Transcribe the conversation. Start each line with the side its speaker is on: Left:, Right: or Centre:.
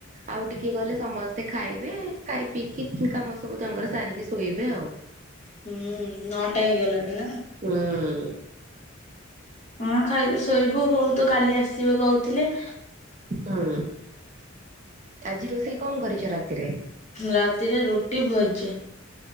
Right: ଆଉ ଟିକିଏଗଲେ ସମସ୍ତେ ଖାଇବେ ଖାଇ ପିଇକି କାମ ସବୁ ତାଙ୍କର ସାରିକି ଶୋଇବେ ଆଉ।
Left: ହୁଁ ନଟା ହେଇଗଲାଣି ନାଁ?
Right: ଉଁ
Left: ହଁ ଖାଇକି ଶୋଇବୁ ବୋଉ ତ କାଲି ଆସିବେ କହୁଥିଲେ।
Right: ହଁ ଆଜି ରୋଷେଇ କଣ କରିଛ ରାତିରେ?
Left: ରାତିରେ ରୁଟି ଭଜା।